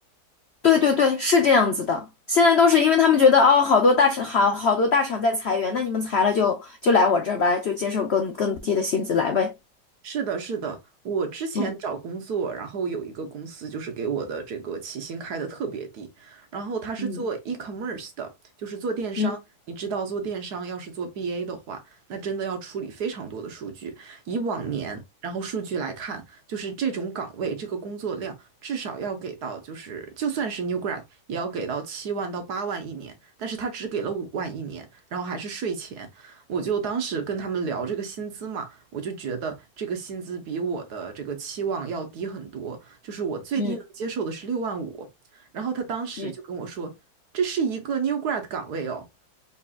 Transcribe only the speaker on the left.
对对对，是这样子的。现在都是因为他们觉得哦，好多大厂好好多大厂在裁员，那你们裁了就就来我这儿吧，就接受更更低的薪资来呗。
嗯
嗯
嗯
嗯
嗯嗯